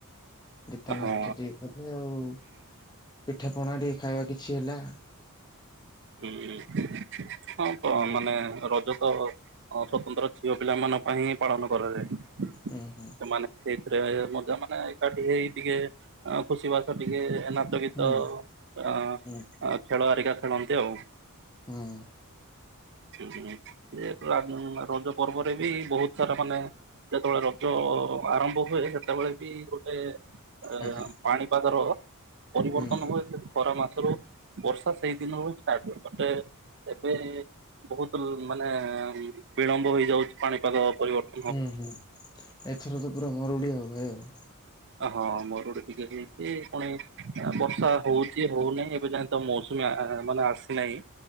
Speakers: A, on the left; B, on the right.
A: ଗୀତ
B: ହଁ
A: ନାଟ୍ୟ ଟିକେ କଲେ ଆଉ ପିଠା ପଣା ଟିକେ ଖାଇବା କିଛି ହେଲା।
B: ହୁଁ ହୁଁ ଆପଣ ମାନେ ରଜ ତ ଅ ସ୍ୱତନ୍ତ୍ର ଝିଅ ପିଲା ମାନଙ୍କ ପାଇଁ ହିଁ ପାଳନ କରାଯାଏ।
A: ହୁଁ ହୁଁ।
B: ସେମାନେ ସେଇଥିରେ ମଜା ମାନେ ଏକାଠି ହେଇ ଟିକେ ଆ ଖୁସି ବାସ ଟିକେ ଏନା ଗୀତ
A: ହୁଁ
B: ଅଉ ଏରଣ
A: ହୁଁ
B: ଆ ଖେଳ ଆରିକା ଖେଳନ୍ତି ଆଉ।
A: ହୁଁ।
B: ହୁଁ ହୁଁ ସେ ପ୍ରକା ଆଁ ରଜ ପର୍ବରେ ବି ବୋହୁତ୍ ସାରା ମାନେ ଯେତେବେଳେ ରଜ ଆରମ୍ଭ ହୁଏ ସେତେବେଳେ ବି ଗୋଟେ ଏ
A: ଆଜ୍ଞା
B: ପାଣିପାଗର ପରିବର୍ତ୍ତନ
A: ହୁଁ
B: ହୁଏ ସେ ଖରା ମାସରୁ ବର୍ଷା ସେଇ ଦିନରୁ ହି ଷ୍ଟାର୍ଟ ହୁଏ ଗୋଟେ ଏବେ ବୋହୁତୁ ମାନେ ବିଳମ୍ବ ହେଇଯାଉଚି ପାଣିପାଗ ପରିବର୍ତ୍ତ
A: ହୁଁ ହୁଁ ଏଥର ତ ପୁରା ମରୁଡ଼ି ଆଉ ଭାଇ ଆଉ।
B: ଆ ହଁ ମରୁଡି ଟିକେ ହେଇଛି କଣ ହେ ଆଁ ବର୍ଷା ହଉଛି ହଉନାହିଁ ଏବେ ଯାଏଁ ତ ମୌସୁମୀ ମାନେ ଆସିନାହିଁ।